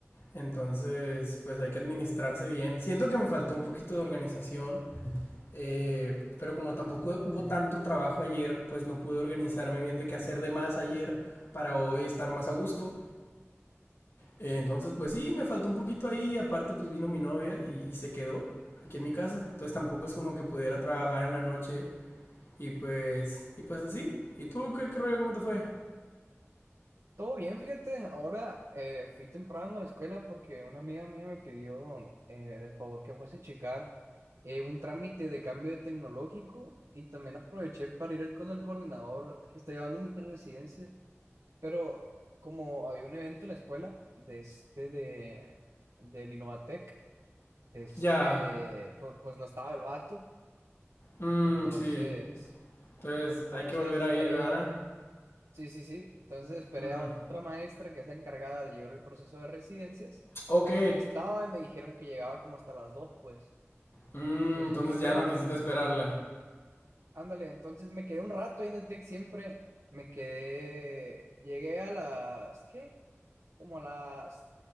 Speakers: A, on the left; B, on the right.
A: entonces pues hay que administrarse bien. Siento que me faltó un poquito de organización, eh, pero como tampoco hubo tanto trabajo ayer, pues no pude organizarme bien de qué hacer de más ayer para hoy estar más a gusto. Eh, entonces, pues sí, me faltó un poquito ahí. Aparte, pues vino mi novia y, y se quedó aquí en mi casa. Entonces tampoco es como que pudiera trabajar en la noche y pues, y pues así. ¿Y tú qué, qué rollo? ¿Cómo te fue?
B: todo bien, fíjate. Ahora eh, fui temprano a la escuela porque una amiga mía me pidió eh, de favor que fuese a checar eh, un trámite de cambio de tecnológico y también aproveché para ir con el coordinador que está llevando mi residencia. Pero como había un evento en la escuela de este de del Innovatec, de este,
A: Ya.
B: pues, pues no estaba el vato,
A: Mm,
B: entonces.
A: sí. Entonces
B: Entonces
A: hay que volver
B: esperé
A: a ir, ¿verdad?
B: a la... Sí, sí, sí. Entonces esperé
A: Ujú.
B: a otra maestra que es la encargada de llevar el proceso de residencias
A: Ok.
B: y no estaba y me dijeron que llegaba como hasta las dos, pues.
A: Mm,
B: Entonces
A: entonces
B: no llegó.
A: ya no quisiste esperarla.
B: Ándale, entonces me quedé un rato ahí en el TEC siempre. Me quedé... Llegué a las... ¿Qué? Como a las